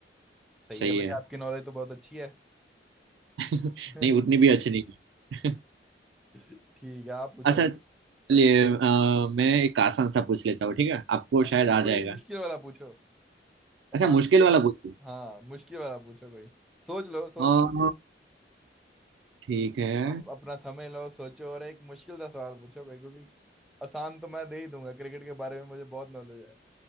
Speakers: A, in the centre; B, on the right.
A: सही
B: सही
A: है
B: है
A: भाई आपकी नॉलेज तो बहुत अच्छी है
B: <laughs>
A: <laughs>
B: नहीं उतनी भी अच्छी नहीं <laughs>
A: ठीक है आप पूछो
B: अच्छा चलिए अ, मैं एक आसान सा पूछ लेता हूँ ठीक है आपको
A: हाँ
B: शायद
A: भाई
B: आ
A: कोई
B: जाएगा
A: मुश्किल वाला पूछो आसान
B: अच्छा मुश्किल
A: तो
B: वाला पूछिए
A: हाँ मुश्किल वाला पूछो कोई सोच लो सोच
B: अ, ठीक है
A: आप अपना समय लो सोचो और एक मुश्किल सा सवाल पूछो कोई क्योंकि आसान तो मैं दे ही दूंगा क्रिकेट के बारे में मुझे बहुत नॉलेज है